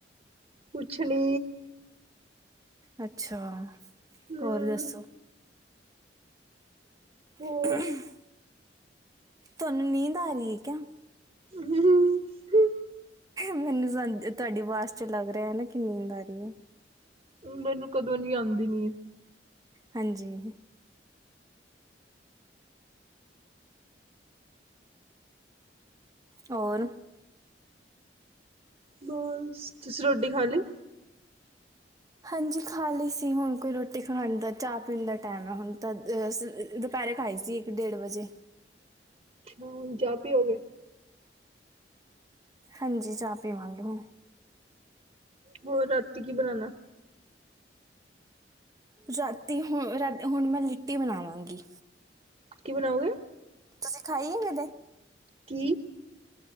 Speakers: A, on the right; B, on the right.
A: ਕੁਛ ਨੀ।
B: ਅੱਛਾ।
A: ਹਮ
B: ਹੋਰ ਦੱਸੋ
A: ਹੋ
B: <unintelligible> ਤੁਹਾਨੂੰ ਨੀਂਦ ਆ ਰਹੀ ਹੈ ਕਿਆ।
A: ਹੂੰ ਹੂੰ।
B: ਮੈਨੂੰ ਤੁਹਾਡੀ <unintelligible> ਆਵਾਜ਼ ਚ ਲੱਗ ਰਿਹਾ ਨਾ, ਕੀ ਨੀਂਦ ਆ ਰਹੀ ਏ।
A: ਮੈਨੂੰ ਕਦੇ ਨੀ ਆਉਂਦੀ ਨੀਂਦ
B: ਹਾਂਜੀ। ਹੋਰ
A: ਹੋਰ ਤੁਸ ਤੁਸੀਂ ਰੋਟੀ ਖਾ ਲੀ
B: ਹਾਂਜੀ ਖਾ ਲਈ ਸੀ, ਹੁਣ ਕੋਈ ਰੋਟੀ ਖਾਣ ਦਾ ਚਾਹ ਪੀਣ ਦਾ ਟੈਮ ਹੈ ਹੁਣ ਤਾਂ ਅ <unintelligible> ਦੁਪਹਿਰੇ ਖਾਈ ਸੀ ਇੱਕ ਡੇਢ ਵਜੇ
A: ਅੱਛਾ ਹੁਣ ਚਾਹ ਪੀਓਗੇ?
B: ਹਾਂਜੀ, ਚਾਹ ਪੀਵਾਂਗੇ ਹੁਣ
A: ਹੋਰ, ਰਾਤੀ ਕੀ ਬਣਾਣਾ
B: ਰਾਤੀ ਹੁਣ ਰਾ ਹੁਣ ਮੈਂ ਲਿੱਟੀ ਬਣਾਵਾਂਗੀ
A: ਕੀ ਬਣਾਓਗੇ
B: ਤੂਸੀ ਖਾਈਏ ਕਦੇ?
A: ਕੀ?